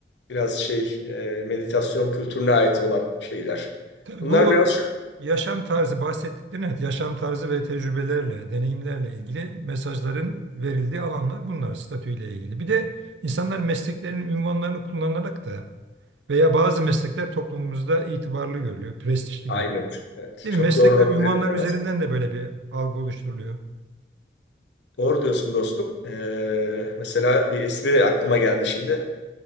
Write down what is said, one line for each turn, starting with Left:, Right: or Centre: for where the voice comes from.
Left: biraz şey e, meditasyon kültürüne ait olan şeyler.
Right: Tabii
Left: Bunlar
Right: bu
Left: biraz şu-
Right: yaşam tarzı bahsettiklerin evet, yaşam tarzı ve tecrübelerle, deneyimlerle ilgili mesajların verildiği alanlar bunlar statüyle ilgili. Bir de insanlar mesleklerinin ünvanlarını kullanarak da veya bazı meslekler toplumumuzda itibarlı görülüyor, prestijli
Left: aynen.
Right: görülüyor.
Left: Evet,
Right: Değil
Left: çok
Right: mi? Meslek
Left: doğru noktaya
Right: ve ünvanlar
Left: temas.
Right: üzerinden de böyle bir algı oluşturuluyor.
Left: Doğru diyorsun dostum. E, mesela bir espri aklıma geldi şimdi.